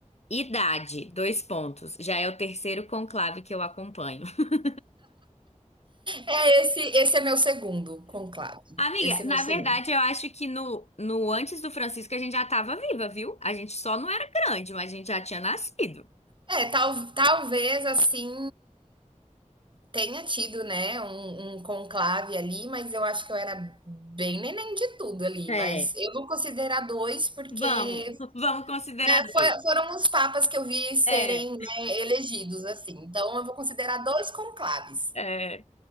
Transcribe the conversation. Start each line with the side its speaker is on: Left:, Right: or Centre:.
Left: Idade, dois pontos. Já é o terceiro conclave que eu acompanho. <laughs>
Right: É, esse esse é meu segundo conclave,
Left: Amiga,
Right: esse é
Left: na
Right: meu segundo.
Left: verdade, eu acho que no, no antes do Francisco a gente já tava viva, viu? A gente só não era grande, mas a gente já tinha nascido.
Right: É, tal talvez, assim, tenha tido, né, um um conclave ali, mas eu acho que eu era bem neném de tudo ali,
Left: É.
Right: mas eu vou considerar 2 porque,
Left: Vamos, <laughs> vamos considerar
Right: né,
Left: dois.
Right: foi foram os papas que eu vi serem,
Left: É,
Right: né, elegidos, assim, então eu vou considerar 2 conclaves.
Left: é.